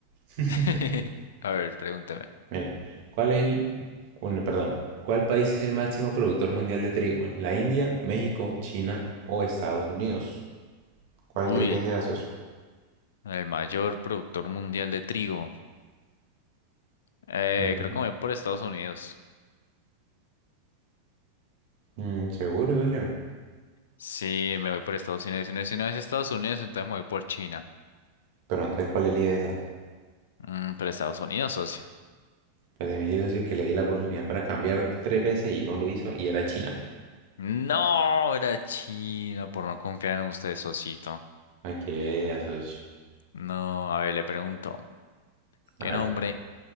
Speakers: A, on the right; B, on the left.
A: <laughs>
B: <laughs> A ver, pregúnteme.
A: Mire, ¿cuál es el... Bueno, perdón. ¿Cuál país es el máximo productor mundial de trigo? ¿La India, México, China o Estados Unidos? ¿Cuál
B: Uy,
A: cree que sea, socio?
B: el mayor productor mundial de trigo. Eh,
A: Ujú.
B: creo que me voy por Estados Unidos.
A: Mm, ¿seguro, socio?
B: Sí, me voy por Estados Unidos. Y no, Si no es Estados Unidos, entonces me voy por China.
A: Pero entonces, ¿cuál elige esa?
B: Mm, pero Estados Unidos, socio.
A: Pues de mi socio que le di la oportunidad para cambiar tres veces y no lo hizo y era China.
B: No, era China por no confiar en usted, socito.
A: Ay, que eso es...
B: No, a ver, le pregunto,
A: Hágale.
B: ¿qué nombre,